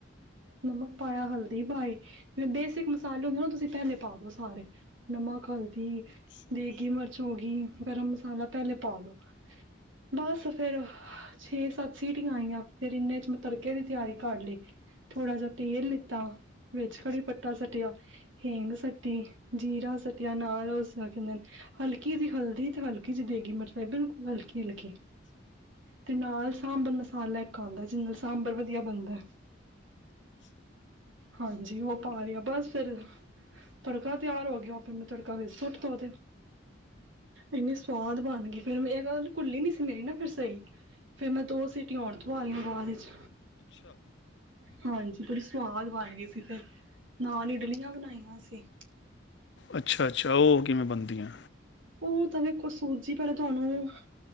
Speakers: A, on the right; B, on the left.
A: ਨਮਕ ਪਾਇਆ ਹਲਦੀ ਪਾਈ ਹ ਜਿ ਬੇਸਿਕ ਮਸਾਲੇ ਹੁੰਦੇ ਨਾ ਤੁਸੀਂ ਪਹਿਲੇ ਪਾ ਦੋ ਸਾਰੇ ਨਮਕ ਹਲਦੀ ਦੇਗੀ ਮਿਰਚ ਹੋ ਗਈ ਗਰਮ ਮਸਾਲਾ ਪਹਿਲੇ ਪਾ ਦੋ ਬਸ ਫੇਿਰ ਛੇ ਸੱਤ ਸੀਟੀਆਂ ਆਈਆਂ ਫੇਰ ਇਹਨਾਂ ਚ ਮੈਂ ਤੜਕੇ ਦੀ ਤਿਆਰੀ ਕਰ ਲਈ ਥੋੜ੍ਹਾ ਜਿਹਾ ਤੇਲ ਲਿੱਤਾ ਘੜੀ ਪ ਸੱਟਿਆ ਹੇਂਗ ਸੱਟੀ ਜੀਰਾ ਸੱਟਿਆ ਨਾਲ ਉਸ ਕਹਿੰਦੇ ਨੇ ਹਲਕੀ ਜ ਹਲਦੀ, ਤੇ ਹਲਕੀ ਚ ਦੇੱਗੀ ਮਿਰਚ, ਈ ਬਿਲਕੁਲ ਹਲਕੀ ਖੇਲ ਕੇ ਤੇ ਨਾਲ ਸਾਂਬਰ ਮਸਾਲਾ ਇੱਕ ਆਉਂਦਾ, ਜਿਨਾ ਨਾਲ ਸਾਂਬਰ ਵਧੀਆ ਬਣਦਾ। ਹਾਂਜੀ, ਉਹ ਪਾ ਰਿਹਾ ਬਸ। ਫਿਰ ਤੜਕਾ ਤਿਆਰ ਹੋ ਗਿਆ, ਫਿਰ ਮੈਂ ਤੜਕਾ ਵੇ ਸੁੱਟ ਤਾ, ਉਹਦੇ ਇੰਨੀ ਸਵਾਦ ਬਣ ਗਈ ਫਿਰ ਮੈ ਇਹ ਘੁੱਲੀ ਨੀ ਸੀ, ਮੇਰੀ ਨਾ ਫਿਰ ਸਹੀ ਫਿਰ ਮੈਂ ਦੋ ਸੀਟੀਆਂ ਓਰ ਧਆਲਈਆਂ, ਬਾਅਦ ਵਿੱਚ ਹਾਂਜੀ। ਬੜੀ ਸਵਾਦ ਬਣ ਗਈ। ਸੀ ਤਾਂ ਨਾਲ ਇਡਲੀਆਂ ਬਨਾਈਆਂ ਸੀ।
B: ਅੱਛਾ -ਅੱਛਾ ਉਹ ਕਿਵੇਂ ਬਣਦੀਆਂ?
A: ਉਹ ਤ ਕੋ ਸੂਜੀ ਪਹਿਲੇ ਤੁਹਾਨੂੰ